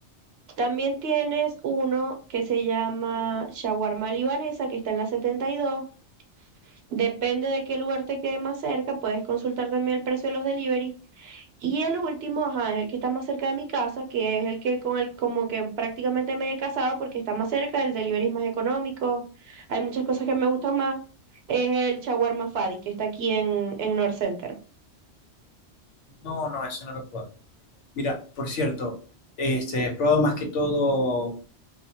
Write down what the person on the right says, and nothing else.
también tienes uno que se llama Shawarma Libanesa, que está en la 72. Depende de qué lugar te quede más cerca, puedes consultar también el precio de los delivery. Y el último, ajá, es el que está más cerca de mi casa, que es el que con el como que prácticamente me he casado porque está más cerca, el delivery es más económico, hay muchas cosas que me gustan más, es el Shawarma Fadi, que está aquí en, en North Center.